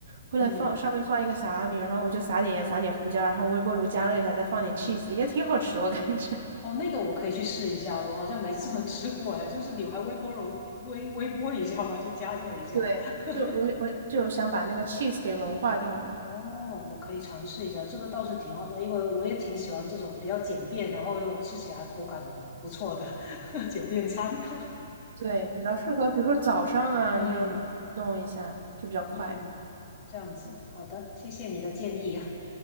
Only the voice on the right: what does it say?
后来放上面放一个萨拉米，
然后我就撒点盐，撒点胡椒，然后微波炉加热一下，再放点 cheese，也挺好吃，我感觉。<laughs>
对，
就我我就想把那个 cheese 给融化掉嘛。
对，比较适合，比如说早上啊，
你就弄一下，就比较快。